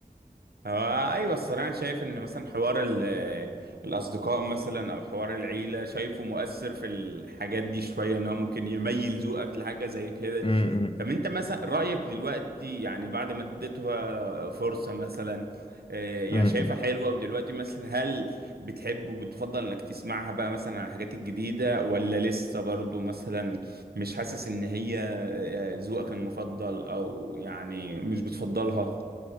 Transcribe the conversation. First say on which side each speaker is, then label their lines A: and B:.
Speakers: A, on the right (about 85°); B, on the left (about 35°).
A: هو ايوه الصراحه أنا شايف ان مثلا حوار ال- الاصدقاء مثلا او حوار العيله شايفه مؤثر في الحاجات دي شويه ان هو ممكن يميل ذوقك لحاجه زي كده
B: امم
A: طب انت مثلا رايك دلوقتي يعني بعد ما اديتها فرصه مثلا آه، يعني
B: امم
A: شايفها
B: امم
A: حلوه ودلوقتي مثلا هل بتحب وبتفضل انك تسمعها بقى مثلا عن الحاجات الجديده ولا لسه برضو مثلا مش حاسس ان هي آه، ذوقك المفضل او يعني مش بتفضلها